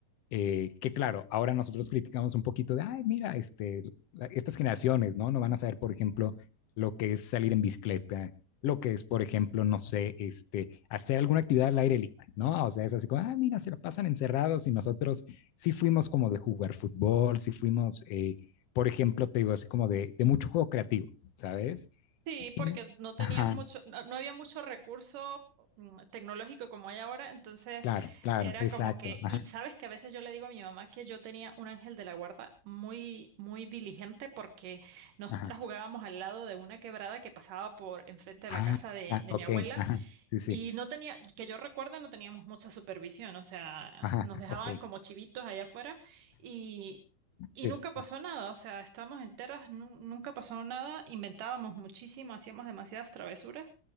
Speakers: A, on the left; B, on the right.
A: Eh, que claro, ahora nosotros criticamos un poquito de, ay, mira, este, la- estas generaciones, ¿no? No van a saber, por ejemplo, lo que es salir en bicicleta, lo que es, por ejemplo, no sé, este, hacer alguna actividad al aire libre, ¿no? O sea, es así como, ah, mira, se la pasan encerrados y nosotros sí fuimos como de jugar fútbol, sí fuimos, eh, por ejemplo, te digo, así como de, de mucho juego creativo, ¿sabes?
B: Sí,
A: Y,
B: porque no tenías
A: ajá,
B: mucho, no, no había mucho recurso mm, tecnológico como hay ahora, entonces
A: claro, claro,
B: era
A: exacto,
B: como que,
A: ajá,
B: y sabes que a veces yo le digo a mi mamá que yo tenía un ángel de la guarda muy, muy diligente porque nosotras
A: ajá.
B: jugábamos al lado de una quebrada que pasaba por enfrente de
A: Ah,
B: la casa de,
A: ah,
B: de
A: ok,
B: mi abuela
A: ajá, sí, sí,
B: y no tenía, que yo recuerdo, no teníamos mucha supervisión, o sea,
A: ajá,
B: nos dejaban
A: ok,
B: como chivitos allá afuera y, y
A: sí,
B: nunca pasó nada, o sea, estábamos enteras, nu- nunca pasó nada, inventábamos muchísimo, hacíamos demasiadas travesuras